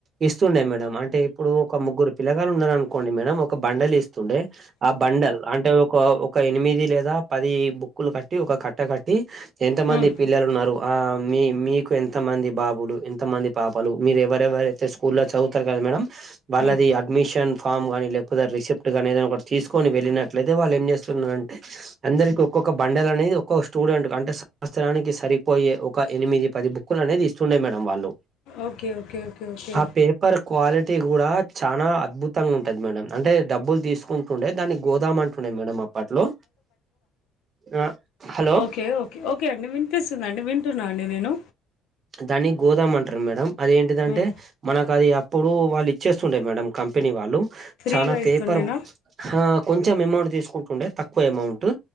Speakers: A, on the right; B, on the left.
A: ఇస్తుండే మేడం అంటే ఇప్పుడు ఒక ముగ్గురు పిల్లగాలు ఉన్నరు అనుకోండి మేడం ఒక బండల్ ఇస్తుండే ఆ బండల్ అంటే ఒక ఒక ఎనిమిది లేదా పది బుక్కులు కట్టి ఒక కట్ట కట్టి ఎంత మంది
B: ఉమ్
A: పిల్లలు ఉన్నారు మీ మీకు ఎంతమంది బాబులు ఎంతమంది పాపలు మీరు ఎవరెవరైతే స్కూల్లో చదువుతారు కదా మేడం వాళ్ళది
B: ఉమ్
A: అడ్మిషన్ ఫామ్ గాని లేకపోతే రిసిప్ట్ గాని ఏదైనా ఒకటి తీసుకొని వెళ్ళినట్లయితే వాళ్ళు ఏం చేస్తున్నారంటే అందరికి ఒక ఒక బండల్ అనేది ఒక స్టూడెంట్కు అంటే సంవత్సరానికి సరి పోయే ఒక ఎనిమిది పది బుక్లు అనేది ఇస్తుండే మేడం వాళ్ళు
B: ఓకే ఓకే ఓకే ఓకే
A: ఆ పేపర్ క్వాలిటీ కూడా చానా అద్బు తంగా ఉంటది మేడం అంటేడబ్బులు తీసుకుంటుండే దాన్నీ గోదాం అంటుండే మేడం అప్పట్లో ఆ హలో
B: ఓకే ఓకే ఓకే అండి విన్ పిస్తుందండి వింటున్నా అండి నేను
A: దాని గోదామ అంటారు మేడం అది ఏంటిదంటే
B: ఉమ్
A: మనకు అది అప్పుడు వాళ్ళు ఇచ్చేస్తుండే మేడం కం పెనీ వాళ్ళు
B: ఫ్రీగా
A: చానా పేపర్
B: ఇస్తుండేనా
A: ఆ కొంచెం అమౌంట్ తీసుకుంటుండే తక్కువ అమౌంటు